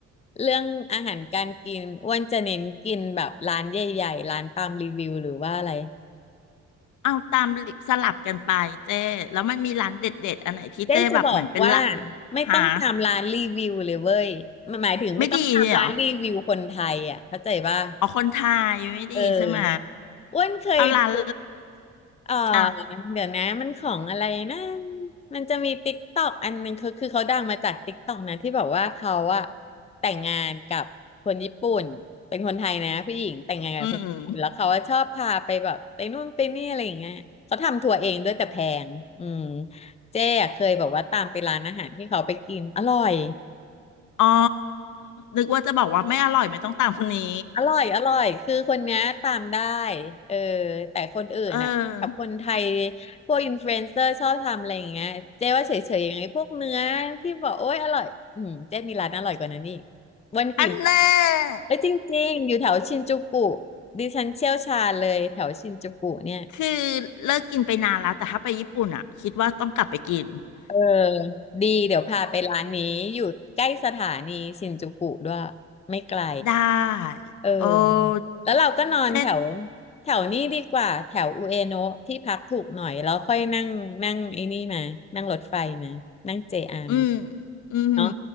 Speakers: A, on the left; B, on the left.
A: เรื่องอาหารการกินอ้วนจะเน้นกินแบบร้านใหญ่ๆร้านตามรีวิวหรือว่าอะไร
B: เอาตามสลับกันไปเจ้แล้วมันมีร้านเด็ดๆอันไหนที่เจ้แบบเหมือนเป็นละ
A: เจ๊จะบอกว่าไม่ต้องตามร้านรีวิวเลยเว้ยมันหมายถึงไม่ต้องตามร้านรีวิวคนไทยอ่ะเข้าใจป่ะ
B: หาไม่ดีเลยเหรอเอาคนไทยไม่ดีใช่ไหม
A: เอออ้วนเคยดู
B: เอาร้าน
A: เออ
B: อ่ะ
A: เดี๋ยวนะมันของอะไรนะมันจะมีติ๊กตอกอันหนึงเขาคือเขาดังมาจากติ๊กตอกนะที่แบบว่าเขาอะแต่งงานกับคนญี่ปุ่นเป็นคนไทยนะผู้หญิงแต่งงานกับคนญี่ปุ่นแล้วเขาอะชอบพาไปแบบไปนู่นไปนี่อะไรอย่างเงี้ยเขาทำทัวร์เองด้วยแต่แพงอืม
B: อืม
A: เจ๊อะเคยแบบว่าตามไปร้านอาหารที่เขาไปกินอร่อย
B: อ๋อนึกว่าจะบอกว่าไม่อร่อยไม่ต้องตามคนนี้
A: อร่อยอร่อยคือคนเนี้ยตามได้เออแต่คนอื่นน่ะกับคนไทย
B: เออ
A: พวกอินฟลูเอนเซอร์ชอบทำอะไรอย่างเงี้ยเจ๊ว่าเฉยๆยังไงพวกเนื้อที่บอกโอ๊ยอร่อยอืมเจ๊มีร้านอร่อยกว่านั้นอีกวันกิน
B: อันแน่
A: แล้วจริงๆอยู่แถวชินจูกุดิฉันเชี่ยวชาญเลยแถวชินจูกุเนี่ย
B: คือเลิกกินไปนานแล้วแต่ถ้าไปญี่ปุ่นอ่ะคิดว่าต้องกลับไปกิน
A: เออดีเดี๋ยวพาไปร้านนี้อยู่ใกล้สถานีชินจูกุด้วยไม่ไกล
B: <laughs> ได้โอ้
A: เออแล้วเราก็นอนแถว
B: เจ๊
A: แถวนี้ดีกว่าแถวอุเอโนะที่พักถูกหน่อยแล้วค่อยนั่งนั่งไอ้นี่มานั่งรถไฟมานั่ง JR
B: อืม
A: มา
B: อืม
A: เนาะ